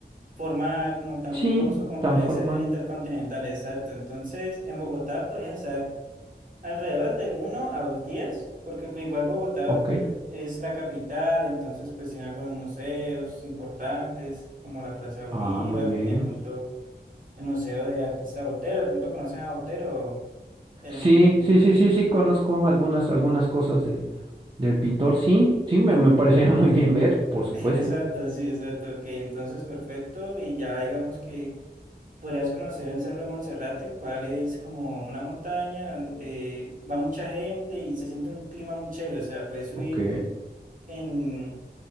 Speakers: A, on the right (about 50°); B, on the right (about 30°).
A: formal, como tan
B: Sí,
A: lujoso, como
B: tan
A: podría
B: formal.
A: ser el Intercontinental, exacto. Entonces, en Bogotá podrías estar alrededor de uno a dos días, porque pues igual Bogotá
B: Ok.
A: es la capital, entonces pues tiene algunos museos importantes, como la Plaza de
B: Ah,
A: Bolívar,
B: muy bien.
A: tiene de pronto el Museo del Artista Botero, de pronto conoces a Botero, el
B: Sí,
A: pintor.
B: sí, sí, sí, sí, conozco algunas, algunas cosas de, del pintor. Sí, sí, me, me parecería <laughs> muy bien ver, por
A: <laughs>
B: supuesto.
A: Exacto, sí, exacto. Ok, entonces perfecto. Y ya digamos que podrías conocer el Cerro de Monserrate, el cual es como una montaña donde eh, va mucha gente y se siente un clima muy chévere. O sea, puedes subir
B: Ok,
A: en,